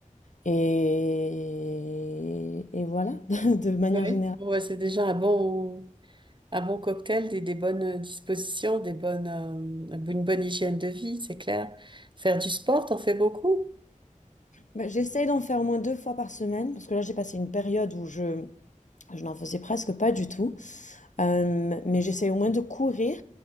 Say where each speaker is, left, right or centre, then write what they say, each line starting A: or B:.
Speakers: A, on the left; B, on the right.
A: et et voilà, <laughs> de manière
B: Oui.
A: générale.
B: Ouais, c'est déjà un bon, un bon cocktail, des, des bonnes euh, dispositions, des bonnes, euh, une bonne hygiène de vie, c'est clair. Faire du sport, t'en fais beaucoup?
A: Bah, j'essaie d'en faire au moins deux fois par semaine parce que là, j'ai passé une période où je Je n'en faisais presque pas du tout. Euh, mais j'essaie au moins de courir,